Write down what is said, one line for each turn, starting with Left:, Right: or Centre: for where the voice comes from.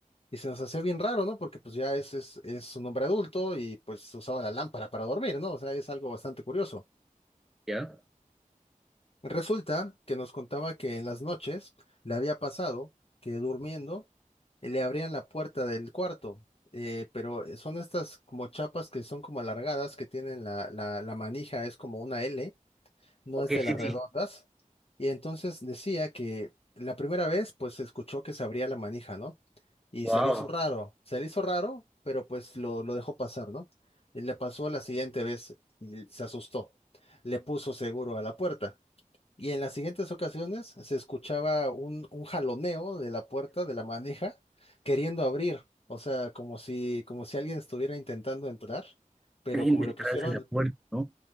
Left: Y se nos hacía bien raro, ¿no? Porque pues ya es, es, es un hombre adulto y pues usaba la lámpara para dormir, ¿no? O sea, es algo bastante curioso.
Centre: ¿Ya?
Left: Resulta que nos contaba que en las noches le había pasado que durmiendo eh, le abrían la puerta del cuarto, eh, pero eh, son estas como chapas que son como alargadas, que tienen la, la, la manija, es como una L, no
Centre: Ok,
Left: es de
Centre: sí,
Left: las redondas.
Centre: sí.
Left: Y entonces decía que la primera vez, pues se escuchó que se abría la manija, ¿no? Y
Centre: Wow.
Left: se le hizo raro, se le hizo raro, pero pues lo, lo dejó pasar, ¿no? Y le pasó la siguiente vez y se asustó. Le puso seguro a la puerta. Y en las siguientes ocasiones se escuchaba un, un jaloneo de la puerta, de la manija, queriendo abrir. O sea, como si, como si alguien estuviera intentando entrar, pero
Centre: Alguien
Left: como
Centre: detrás
Left: le pusieron,
Centre: de la puerta, ¿no?